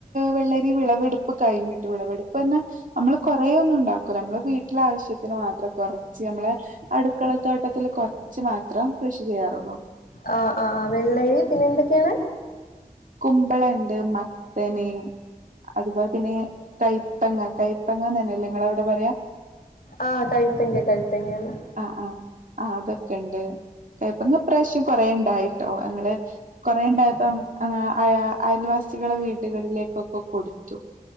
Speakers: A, on the right; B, on the left.
A: വെള്ളരി വിളവെടുപ്പ് കഴിഞ്ഞിട്ട് വിളവെടുപ്പ് എന്ന നമ്മള് കൊറേ ഒന്നും ഉണ്ടാക്കൂല നമ്മളെ വീട്ടിലെ ആവശ്യത്തിന് മാത്രം കൊറച്ച് നമ്മളെ അടുക്കളത്തോട്ടത്തില് കൊറച്ച് മാത്രം കൃഷി ചെയ്യാറുള്ളൂ.
B: ആഹ് ആഹ് വെള്ളരി പിന്നെ എന്തൊക്കെയാണ്?
A: കുമ്പളണ്ട് മത്തന്. അതുപോലെ പിന്നെ കൈപ്പങ്ങ കൈപ്പങ്ങന്നെല്ലേ നിങ്ങളെ അവിടെ പറയ.
B: ആഹ് കഴുത്തങ്ക കഴുത്തങ്കേന്ന്.
A: ആഹ് ആഹ് ആഹ് അതൊക്കെണ്ട് ഇപ്രാവശ്യം കൊറെ ഉണ്ടായി. ണ്ടോ ഞങ്ങള് കൊറേണ്ടായപ്പോ അങ്ങനെ അയ അയൽവാസികളെ വീടുകളിലേക്കൊക്കെ കൊടുത്തു.